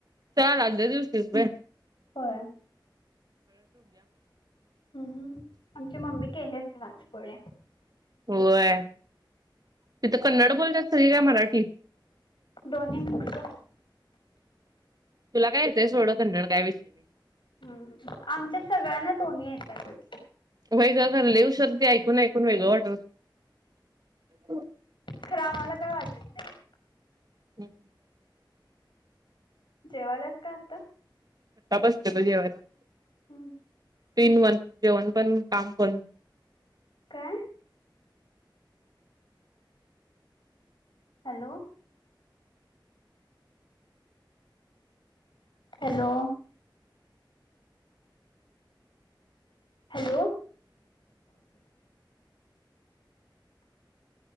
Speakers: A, on the right; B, on the left.
A: काल आदल्या दिवशीच होय?
B: होय, हम हम आमची मम्मी केली असेल आज पोळ्या?
A: होय, तिथं कन्नड बोलतात सगळी काय मराठी?
B: दोन्ही मिक्स.
A: तुला काय येतंय सोडं कन्नड काय विषय नाही?
B: हम आमच्या सगळ्यांना दोन्ही येत्यातचं.
A: व्हय, गं खरं लय उशर ते ऐकून ऐकून वेगळं वाटत अस
B: खरं आम्हाला काय वाटत नाही.
A: हम.
B: जेवायल्यास का आता?
A: आता बसले बग जेवायला.
B: हम.
A: टू इन वन जेवण पण काम पण.
B: काय? हॅलो! हॅलो! हॅलो!
A: <inaudible>